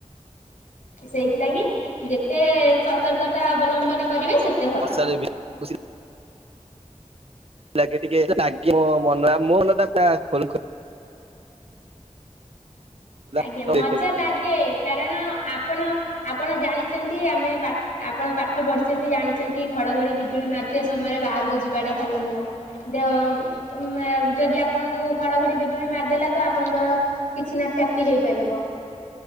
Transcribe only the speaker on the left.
ସେଇଥିଲାଗି ଯେତେ ସତର୍କତା ଅବଲମ୍ବନ କରିବେ ସେତେ ଭଲ।
ଆଜ୍ଞା
ମଜା
ଲାଗେ କାରଣ ଆପଣ ଆପଣ ଜାଣିଚନ୍ତି ଆମେ ପା ଆପଣ ପାଠ ପଢ଼ିଛନ୍ତି ଜାଣିଛନ୍ତି ଘଡ଼ଘଡ଼ି ବିଜୁଳି ମାରୁଥିବା ସମୟରେ ବାହାରୁକୁ ଯିବାଟା ଭଲ ନୁହଁ। ଦେହ ଉଁମା ଯଦି ଆପଣଙ୍କୁ ଘଡ଼ଘଡ଼ି ବିଜୁଳି ମାରିଦେଲା ତ ଆପଣଙ୍କର କିଛି ନା କ୍ଷତି ହେଇପାରିବ।